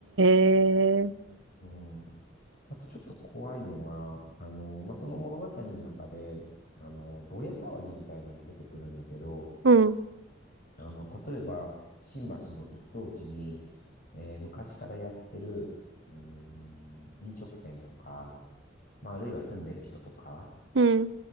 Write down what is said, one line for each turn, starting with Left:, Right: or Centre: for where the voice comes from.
Right: え
Left: うんあとちょっと怖いのは、あの、まあ、その物語の中で、あの、ぼや騒ぎみたいのも出てくるんだけど、
Right: うん、
Left: あの、例えば、新橋の一等地に、えー昔からやってる、うーん、飲食店とか、まあ、あるいは住んでる人とか、
Right: うん、